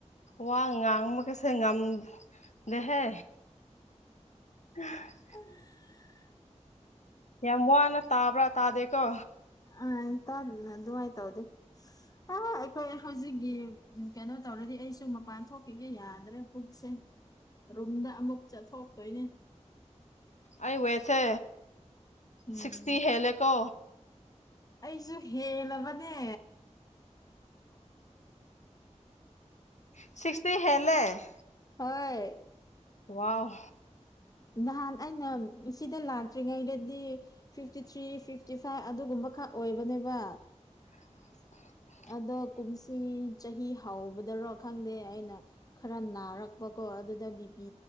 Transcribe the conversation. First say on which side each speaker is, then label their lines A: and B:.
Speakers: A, on the left; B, on the left.
A: ꯋꯥ ꯉꯥꯡꯕ ꯒꯥꯁꯦ ꯉꯝꯗꯦꯍꯦ <unintelligible>
B: ꯎꯝ <unintelligible>
A: ꯌꯥꯝ ꯋꯅꯥ ꯇꯥꯕ꯭ꯔꯥ ꯇꯥꯗꯦꯀꯣ
B: ꯑ ꯇꯥꯅꯑꯗꯨꯃꯥꯏ ꯇꯧꯔꯗꯤ ꯑ ꯑꯩꯈꯣꯏ ꯍꯧꯖꯤꯛꯒꯤ <unintelligible> ꯎꯝ ꯀꯩꯅꯣ ꯇꯧꯔꯗꯤ ꯑꯩꯁꯨ ꯃꯄꯥꯟ ꯊꯣꯛꯈꯤꯒꯦ ꯌꯥꯗ꯭ꯔꯦ ꯄꯨꯛꯁꯦ꯫ ꯔꯨꯝꯗ ꯑꯃꯨꯛ ꯆꯠꯊꯣꯛꯇꯣꯏꯅꯦ
A: ꯑꯩ ꯋꯦꯠꯁꯦ
B: ꯎꯝ
A: ꯁꯤꯛꯁꯇꯤ ꯍꯦꯜꯂꯦꯀꯣ
B: ꯑꯩꯁꯨ ꯍꯦꯜꯂꯕꯅꯦ
A: ꯁꯤꯛꯁꯇꯤ ꯍꯦꯜꯂꯦ
B: ꯍꯣꯏ
A: ꯋꯥꯎ
B: ꯅꯍꯥꯟ ꯑꯩꯅ ꯁꯤꯗ ꯂꯥꯛꯇ꯭ꯔꯤꯉꯩꯗꯗꯤ ꯐꯤꯐꯇꯤ ꯊ꯭ꯔꯤ ꯐꯤꯐꯇꯤ ꯐꯥꯏꯚ ꯑꯗꯨꯒꯨꯝꯕ ꯈꯛ ꯑꯣꯏꯕꯅꯦꯕ
A: <inaudible>
B: ꯑꯗꯣ ꯀꯨꯝꯁꯤ ꯆꯍꯤ ꯍꯥꯎꯕꯗꯔꯣ ꯈꯪꯗꯦ ꯑꯩꯅ ꯈꯔ ꯅꯥꯔꯛꯄꯀꯣ ꯑꯗꯨꯗ ꯕꯤ ꯄꯤ